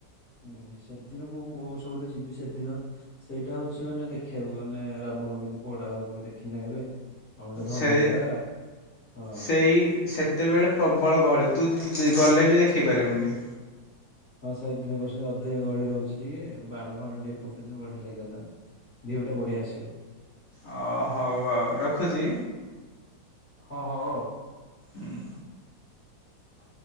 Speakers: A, on the left (about 40°); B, on the left (about 70°).
A: ହୁଁ ସେଦିନ ମୁଁ କୋଷ ଗୋଟେ ଯିବି ସେଦିନ ସେଇଟା ହଉଛି ମାନେ ଦେଖିବାକୁ। ମାନେ ରାବଣ କେମିତି ପୋଡା ହବ ମୁଁ ଦେଖିନି ନା କେବେ। ଆଉ ଗୋଟେ ଧନୁ
B: ସେଇ
A: ଦ୍ଵାରା ହଁ।
B: ସେଇ ସେତେବେଳେ ପ୍ରବଳ ଗହଳି। ତୁ ଗଲେ ବି ଦେଖିପାରିବୁନି।
A: ହଁ ସେ ଦିନ କରୁଛନ୍ତି ଅଧିକ ଗହଳି ରହୁଛି ଟିକେ, ବାଣ ଫାଣ ଟିକେ ଫୁଟ୍ଟି ଚି ବଢିଆ ଲାଗେନ୍ତାନା। ଭିୟୁ ଟା ବଢିଆ ଆସିବ।
B: ଅ ହଉ ଆଉ ରଖୁଛି।
A: ହ, ହଉ, ଆଉ।
B: ହୁଁ
A: ହ